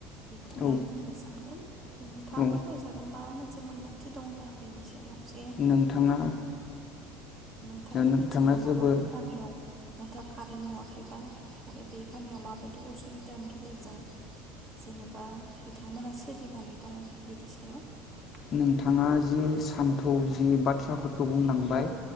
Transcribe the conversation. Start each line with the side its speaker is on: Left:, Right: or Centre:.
Right: बेखौनो
Left: औ
Right: आं बुंनो सानगोन ओमफ्राय नोंथाङा
Left: औ
Right: फोरमायजागोन माबा मोनसे मोनसे मोन्दों थि दङबा बेनि सायाव जे
Left: नोंथाङा
Right: नोंथांनि
Left: नोंथाङा
Right: मिथिनायाव
Left: जोबोर
Right: माबाफोर गामियाव नोंथां कारेन्ट नुवाखैबा आरो बे गामियाव माबायदि असुबिदानि गेजेरजों जेनेबा बिथांमोना सोलिनानै दङ बेनि सायाव
Left: नोंथाङा जि सान्थौ जि बाथ्राफोरखौ बुंलांबाय